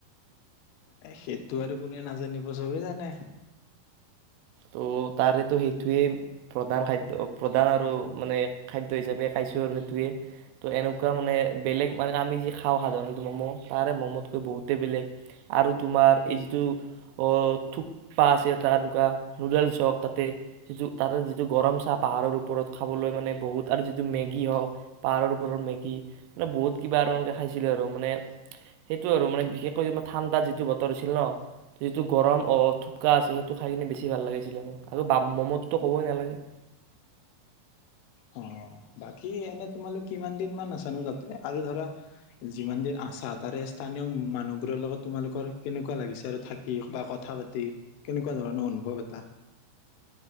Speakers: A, on the left; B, on the right.
A: এ' সেইটো আৰু কোনে নাজানিব চবেই জানে।
B: তো তাৰেতো সেইটোৱেই- প্ৰধান খাদ্য, প্ৰধান আৰু মানে খাদ্য হিচাপে খাইছোঁ আৰু সেইটোৱে। তো এনেকুৱা মানে বেলেগ মানে আমি যি খাওঁ সাধাৰণতে ম'ম' তাৰে ম'মতকৈ বহুতেই বেলেগ। আৰু তোমাৰ এই যিটো অ' থোপ্পা আছে এটা এনেকুৱা। নুডেলছ হওঁক তাতে- যিটো তাতে যিটো গৰম চাহ পাহাৰৰ ওপৰত খাবলৈ মানে বহুত আৰু যিটো মেগী হওঁক। পাহাৰৰ ওপৰৰত মেগী মানে বহুত কিবা এ' এনেকে খাইছিলো আৰু মানে- সেইটো আৰু মানে বিশেষকৈ ঠাণ্ডাত যিটো বতৰ আছিল ন'। যিটো গৰম অ' থোপ্পা আছে সেইটো খাই কিনে বেছি ভাল আৰু, আৰু ম'ম'ততো ক'বই নালাগে।
A: অ', বাকী এনেই তোমালোকে কিমান দিন মান আছা নো তা'তে? আৰু ধৰা- যিমান দিন আছা তাৰে- স্থানীয় মানুহবোৰৰ লগত তোমালোকৰ কেনেকুৱা লাগিছে আৰু থাকি বা কথা পাতি- কেনেকুৱা ধৰণৰ অনুভৱ এটা?